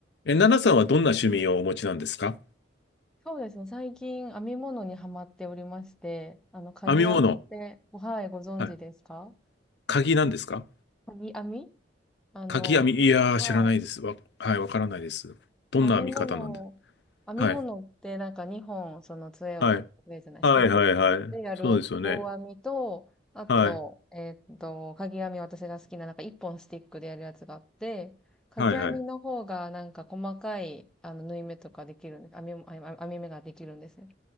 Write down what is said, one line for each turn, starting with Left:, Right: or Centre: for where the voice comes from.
Left: え、奈々さんはどんな趣味をお持ちなんですか
Centre: そうですね、最近編み物にはまっておりまして、あの、かぎ編みって、
Left: 編み物。
Centre: はい、ご存知ですか
Left: はい。鍵なんですか
Centre: かぎ編みあの、
Left: 鍵編み。いやー、
Centre: はい。
Left: 知らないです。わ、はい、わからないです。どんな編み方なんです
Centre: 編み物を、編み物ってなんか2本、
Left: はい。
Centre: その杖を、
Left: はい。
Centre: 杖じゃない、
Left: はい、
Centre: スティック使ってやる棒編みと、
Left: はい、はい。そうですよね。
Centre: あと、
Left: はい。
Centre: えーっと、かぎ編み私が好きな、なんか1本スティックでやるやつがあって、かぎ編みの方がなんか細かい、
Left: はい、はい。
Centre: あの、縫い目とかできるんです。編み、編み編み目ができるんですね。